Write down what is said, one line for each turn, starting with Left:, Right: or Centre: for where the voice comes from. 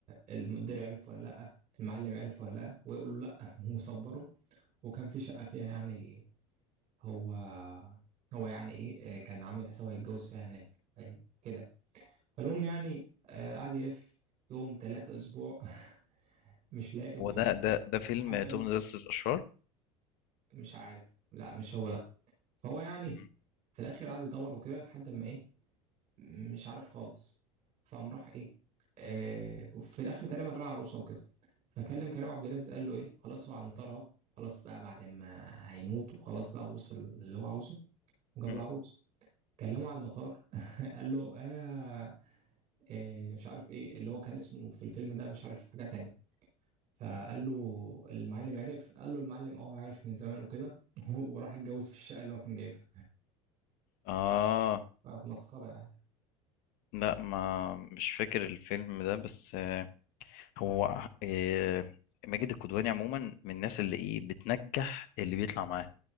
Right: المدير عرف ولا لأ المعلم عرف ولا لأ ويقول له لأ <laughs> وصبره وكان في شقة فيها يعني هو هو يعني إيه آه، كان عامل حسابه هيتجوز فيها هناك أي كده فالمهم يعني آه، قعد يلف يوم تلاتة أسبوع <laughs> مش لاقي ومش
Left: هو ده
Right: عارف
Left: ده
Right: إيه
Left: ده فيلم
Right: لحد
Left: توم
Right: ما
Left: مدرسة الأشرار
Right: مش عارف لا مش هو ده فهو يعني
Left: مم.
Right: في الآخر قعد يدور وكده لحد ما إيه مش عارف خالص فقام راح إيه آه، وفي الآخر تقريبا راح عروسة وكده فكلم كريم عبد العزيز قال له ايه خلاص هو على المطار اهو خلاص بقى بعد ما هيموت وخلاص بقى وصل اللي هو عاوزه وجاب
Left: مم.
Right: العروسه كلمه على المطار <laughs> قال له آه إيه مش عارف ايه اللي هو كان اسمه في الفيلم ده مش عارف حاجه تانية فقال له المعلم عرف قال له المعلم اه عارف من زمان وكده <laughs> وراح اتجوز في الشقه اللي هو كان جايبها
Left: آه
Right: فكانت مسخره يعني
Left: لا ما مش فاكر الفيلم ده بس آه، هو آه، ماجد الكدواني عموما من الناس اللي إيه بتنجح اللي بيطلع معاه